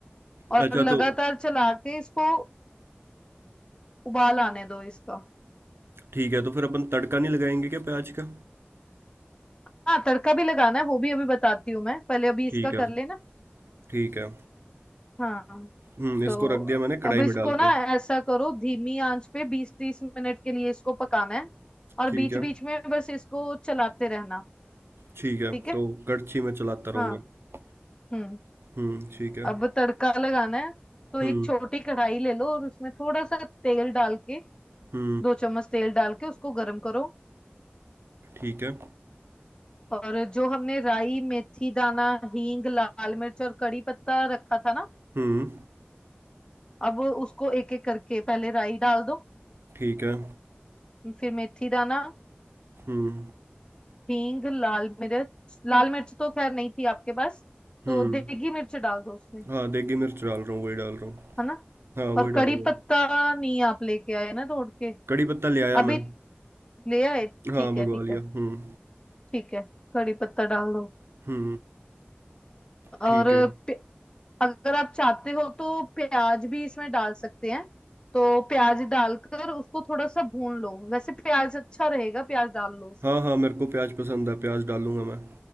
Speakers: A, on the left; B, on the right.
A: और
B: अच्छा
A: लगातार
B: तो
A: चला के इसको उबाल आने दो इसका
B: ठीक है तो फिर अपन तड़का नहीं लगाएंगे क्या प्याज का
A: हाँ तड़का भी लगाना है वो भी अभी बताती हूँ मैं पहले अभी इसका
B: ठीक है
A: कर लेना
B: ठीक है
A: हाँ
B: हम्म इसको
A: तो
B: रख दिया मैंने कढ़ाई
A: अब इसको
B: में डाल
A: ना
B: के
A: ऐसा करो धीमी आंच पे बीस तीस मिनट के लिए इसको पकाना है और
B: ठीक
A: बीच
B: है
A: बीच में बस इसको चलाते रहना
B: ठीक है
A: ठीक है
B: तो करछी मैं चलाता रहूँगा
A: हाँ हम्म
B: हुँ, ठीक है
A: अब तड़का लगाना है तो
B: हुँ,
A: एक छोटी कढ़ाई ले लो और उसमें थोड़ा सा तेल डाल के
B: हुँ,
A: दो चम्मच तेल डाल के उसको गर्म करो
B: ठीक है
A: और जो हमने राई मेथी दाना हींग लाल मिर्च और कड़ी पत्ता रखा था ना
B: हुँ,
A: अब उसको एक एक करके पहले राई डाल दो
B: ठीक है
A: फिर मेथी दाना
B: हुँ,
A: हींग लाल मिर्च लाल मिर्च तो खैर नहीं थी आपके पास
B: हुँ,
A: तो देगी मिर्च डाल दो उसमें
B: हाँ देगी मिर्च डाल रहा हूँ वही डाल रहा हूँ
A: है ना
B: हाँ वही
A: और
B: डालूंगा
A: कड़ी पत्ता नहीं आप लेके आए ना तोड़ के
B: कड़ी पत्ता ले आया मैं
A: अभी ले आए
B: हाँ
A: ठीक
B: मंगवा
A: है ठीक
B: लिया
A: है
B: हुँ,
A: ठीक है कड़ी पत्ता डाल दो
B: हुँ,
A: और
B: ठीक है
A: प्य- अगर आप चाहते हो तो प्याज भी इसमें डाल सकते हैं तो प्याज डालकर उसको थोड़ा सा भून लो वैसे प्याज अच्छा रहेगा प्याज डाल लो उसमें
B: हाँ हाँ मेरे को प्याज पसंद है प्याज डालूंगा मैं